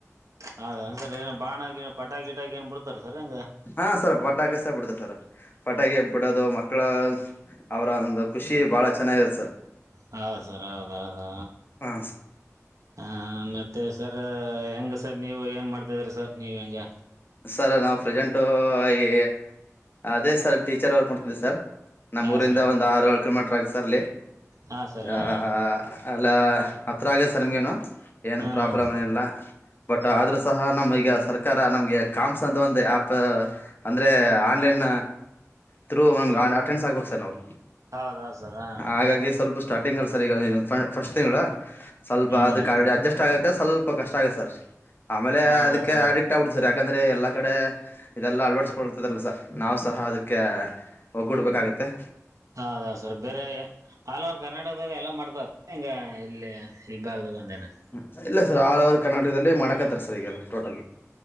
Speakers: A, on the right; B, on the left.
A: ಹ ಹಂಗರೆ ಬಾಣಾಗಿ ಪಟಾಕಿ ಗಿಟಾಕಿ ಏನ್ ಬುಡ್ತಾರ ಸರ್ ಹೆಂಗ
B: ಹಾ ಸರ್ ಪಟಾಕಿ ಸ ಬಿಡತ್ತಾರ್ ಸರ್ ಪಟಾಕಿ ಬಿಡೋದು ಮಕ್ಕಳು. ಅವರ ಒಂದು ಖುಷಿ ಬಾಳ ಚೆನ್ನಾಗಿರುತ್ತ್ ಸರ್
A: ಹೌದ ಸರ್ ಹೌದೌದು
B: ಹ
A: ಹ ಮತ್ತು ಸರ್ ಹೆಂಗ್ ಸರ್ ನೀವು ಏನ್ ಮಾಡ್ತಾ ಇದ್ದೀರಿ ಸರ್ ನೀವು ಹೆಂಗ್
B: ಸರ್ ನಾವು ಪ್ರೆಸೆಂಟು ಈ ಅದೇ ಸರ್ ಟೀಚರ್ ವಾರ್ಕ್ ಮಾಡತಿದ್ದೀವಿ ಸರ್. ನಮ್ಮೂರಿಂದ
A: ಹಾ ಸರ್
B: ಒಂದ್ ಆರು ಏಳೂ ಕಿಲೋಮೀಟರ್ ಆಗುತ್ತೆ ಸರ್ ಅಲ್ಲಿ.
A: ಹಾ ಸರ್
B: ಆ
A: ಹಾ
B: ಅಲ್ಲ ಹತ್ರ ಆಗುತ್ತ ಸರ್ ನಿಮ್ಗೇನು. ಏನ್
A: ಹ್ಮ್
B: ಪ್ರಾಬ್ಲಮ್ ಇಲ್ಲ ಬಟ್ ಆದ್ರೂ ಸಹ ನಮ್ ಈಗ ಸರ್ಕಾರ ನಮಗೆ. ಕಾಮ್ಸ್ ಅಂತ ಒಂದು ಆ್ಯಪ್ ಅಂದರೆ ಆನ್ ಲೈನ್ ಥ್ರೂ ನಮಗ್ ಅಟೆಂಡಸ್ ಆಗ್ಬೇಕು ಸರ್ ನಾವು
A: ಹೌದಾ ಸರ್ ಹಾ
B: ಹಾಗಾಗಿ ಸ್ವಲ್ಪ್ ಸ್ಟಾರ್ಟಿಂಗ್ ಅಲ್ಲಿ ಸರ್ ಈಗ ಫಸ್ಟ್ ತಿಂಗಳಾ. ಸ್ವಲ್ಪ
A: ಹ್ಮ್
B: ಅದಕ್ಕ ಅಡ್ಜಸ್ಟ್ ಆಗಕ ಸ್ವಲ್ಪ ಕಷ್ಟ ಆಗುತ್ತೆ ಸರ್ ಆಮೇಲೆ
A: ಹೌದಾ
B: ಅದಕ್ಕ
A: ಸರಿ
B: ಅಡಿಕ್ಟ್ ಆಗ್ಬಿಡತ್ತ್ ಸರ್ ಯಾಕಂದ್ರೆ ಎಲ್ಲಾ ಕಡೆ ಇದೆಲ್ಲಾ ಅಳ್ವಡಿಸಕೊರ್ತದಲ್ಲ ಸರ್ ನಾವ್ ಸಹ ಅದಕ್ಕೆ ಒಗೂಡ್ಬೇಕಾಗುತ್ತೆ.
A: ಹೌದ ಸರ್ ಬೇರೆ ಆಲ್ ಓವರ್ ಕರ್ನಾಟಕದಾಗ ಎಲ್ಲಾ ಮಾಡ್ತಾರ್ ಸರ್ ಹೆಂಗೆ ಇಲ್ಲೇ ಈ ಭಾಗದಾಗ ಒಂದೇನಾ.
B: ಹ್ಮ್ ಇಲ್ಲ ಸರ್ ಆಲ್ ಓವರ್ ಕರ್ನಾಕದಲ್ಲಿ ಮಾಡ್ಕತ್ತಾರೆ ಸರ್ ಈಗೆಲ್ಲ. Total